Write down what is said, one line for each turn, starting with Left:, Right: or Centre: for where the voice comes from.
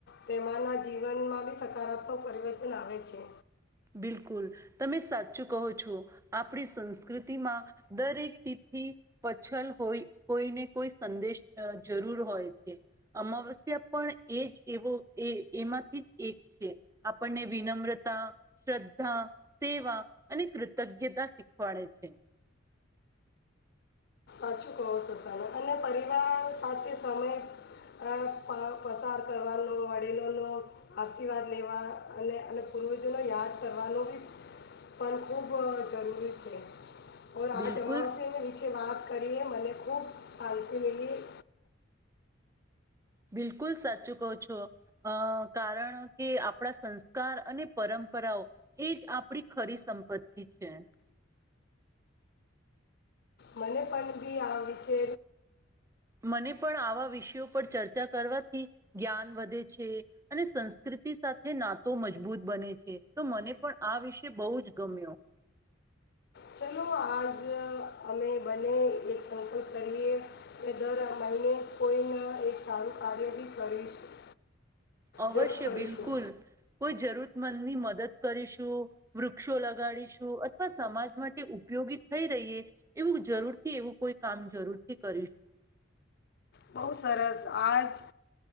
Left: તેમાંના જીવનમાં બી સકારાત્મક પરિવર્તન આવે છે
Right: બિલકુલ તમે સાચું કહો છો આપણી સંસ્કૃતિમાં દરેક તિથિ પછલ હોય કોઈને કોઈ સંદેશ જરૂર હોય છે અમાવસ્યા પણ એ જ એવો એ એમાંથી જ એક છે આપણને વિનમ્રતા શ્રદ્ધા સેવા અને કૃતજ્ઞતા શીખવાડે છે
Left: <inaudible> સમય પ- પસાર કરવાનો વડીલોનો આશીર્વાદ લેવા અને અને પૂર્વજોને યાદ કરવાનું બી પણ ખૂબ જરૂરી છે ઓ આજ
Right: બિલકુલ
Left: અમાઉસને પીછે વાત કરીએ મને ખૂબ હલ્તી મીલી
Right: બિલકુલ સાચું કહ છો અ કારણ કે આપણા સંસ્કાર અને પરંપરાઓ એ જ આપણી ખરી સંપત્તિ છે
Left: મને પણ બી આ વિચે
Right: મને પણ આવા વિષયો પર ચર્ચા કરવાથી જ્ઞાન વધે છે અને સંસ્કૃતિ સાથે નાતો મજબૂત બને છે તો મને પણ આ વિષ બહુ જ ગમ્યો
Left: ચલો આજ અમે બને એક સંકલ્પ કરીએ કે દર મહિને કોઈને એક સારું કાર્ય બી કરીશું
Right: અવશ્ય
Left: જરૂર કરીશું
Right: બિલકુલ કોઈ જરૂરત મનની મદદ કરીશું વૃક્ષો લગાડીશું અથવા સમાજ માટે ઉપયોગી થઈ રહીએ એવું જરૂરથી એવું કોઈ કામ જરૂરથી કરીશું
Left: બહુ સરસ આજ